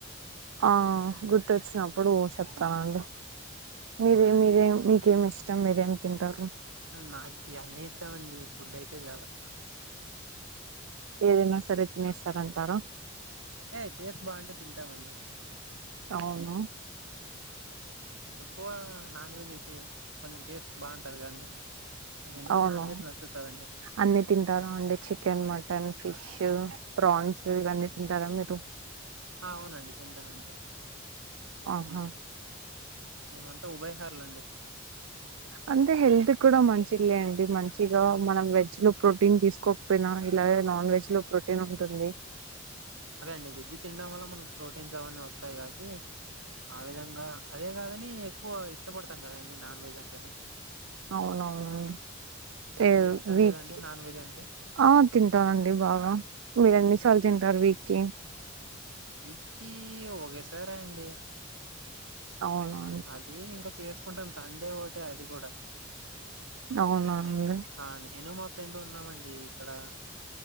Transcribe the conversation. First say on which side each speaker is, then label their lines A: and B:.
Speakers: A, on the right (about 90°); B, on the right (about 70°).
A: ఆ గుర్తుొచ్చినప్పుడు చెప్తానండి మీరే
B: అవునండి
A: మీరే మీకేమి ఇష్టం ఇష్టం మీరేం తింటారు
B: నాకు అన్ని ఇష్టమ అండి ఫుడ్ అయితే చాలు
A: ఏదైనా సరే తినస్తారంటార
B: అంటే టేస్ట్ బాగుంటే తింటామండి
A: అవును
B: ఎక్కువ నాన్ వెజ్ అయితే కొంచెం టేస్ట్ బాగుంటది కదండి నాకు ఎందుకొ
A: అవును
B: నాన్ వెెజ్ నచ్చుతదండి
A: అన్ని తింటాను అండి చికెన్ మటన్ ఫిష్ ప్రాన్స్ ఇవన్నీ తింటార మీరు
B: అవునండి తింటానండి
A: అవునా
B: మేమంతా ఉభయహార్లండి
A: అంటే హెల్త్ కూడా మంచిదిలే అండి మంచిగా మనం వెజ్ లో ప్రోటీన్ తీసుకు కోకపోయినా ఇలాగే నాన్ వెజ్ లో ప్రోటీన్ ఉంటుంది
B: అదే అండి వెజ్ తినడం వల్ల మనకు ప్రోటీన్స్ అవన్నీ వస్తాయి కాబట్టి ఆ విధంగా అదే కాదని ఎక్కువ ఇష్టపడతాం కదండి నాన్ వెజ్ అంటేనే
A: అవునవును
B: ఆ,
A: ఏ
B: మీకు ఇష్టం
A: వీక్లీ
B: లేదండి నాన్ వెజ్ అంటే
A: ఆ తింటానండి బాగా మీరు ఎన్నిసార్లు తింటారు వీక్ కి
B: వీక్ కి ఒకసారే అండి
A: అవును
B: అది ఇంకా చేసుకుంటాం సండే ఒకటే అది కూడా
A: అవునా అండీ
B: ఆహ నేను మా ఫ్రెండ్ ఉన్నామండి ఇక్కడ